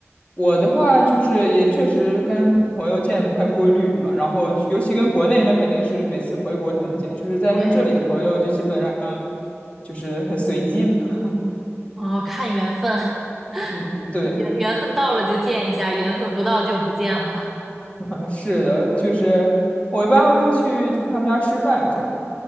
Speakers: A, on the left; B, in the centre.
A: 我的话就是也确实跟朋友见不太规律嘛，然后尤其跟国内那肯定是每次回国才能见，就是在跟这里的朋友就基本上
B: 对，
A: 就是很随机。<laughs>
B: 哦，看缘分，
A: 嗯，
B: <laughs>
A: 对，
B: 缘缘分到了就见一下，缘分不到就不见了。
A: <laughs> 是的，就是我一般会去他们家吃饭，这样。